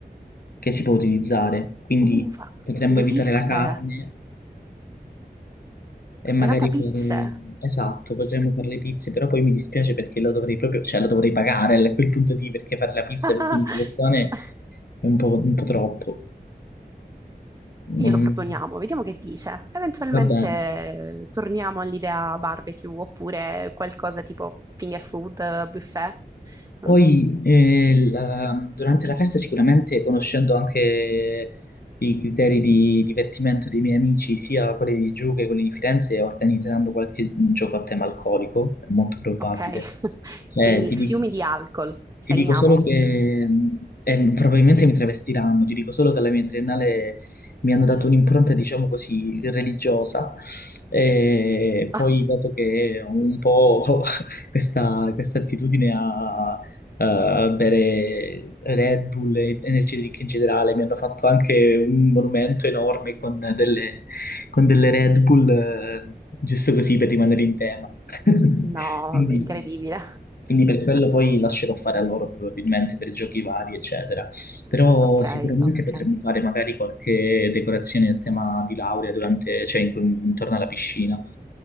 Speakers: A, on the left; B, on the right.
A: che si può utilizzare, quindi
B: Ufa,
A: potremmo
B: le
A: evitare
B: pizze,
A: la carne e magari
B: serata pizze.
A: fare... Esatto, potremmo fare le pizze, però poi mi dispiace perché lo dovrei proprio, cioè lo dovrei pagare a quel punto di perché fare la pizza
B: <laughs>
A: per 15 persone è un po', un po' troppo. Non-
B: Glielo proponiamo, vediamo che dice. Eventualmente
A: Vabbè,
B: eh, torniamo all'idea barbecue oppure qualcosa tipo finger food, eh, buffet.
A: poi
B: Mm?
A: eh, la- durante la festa sicuramente conoscendo anche i criteri di divertimento dei miei amici, sia quelli di giù che quelli di Firenze, organizzeranno qualche gioco a tema alcolico, è molto probabile.
B: Ok, <laughs>
A: Cioè,
B: quindi
A: ti
B: fiumi
A: dico
B: di alcol, segniamo.
A: Ti dico solo che mh, eh, probabilmente mi travestiranno, ti dico solo che alla mia triennale mi hanno dato un'impronta, diciamo così, religiosa. E poi,
B: <laughs> Ah,
A: dato che ho un po' <laughs> questa, questa attitudine a, a bere Red Bull e energy drink in generale, mi hanno fatto anche un monumento enorme con delle, con delle Red Bull, eh, giusto così per rimanere in tema. <laughs>
B: no,
A: Quindi,
B: incredibile.
A: quindi per quello poi lascerò fare a loro probabilmente per giochi vari, eccetera. Però
B: Ok,
A: sicuramente
B: ok.
A: potremmo fare magari qualche decorazione a tema di laurea durante, cioè in- intorno alla piscina.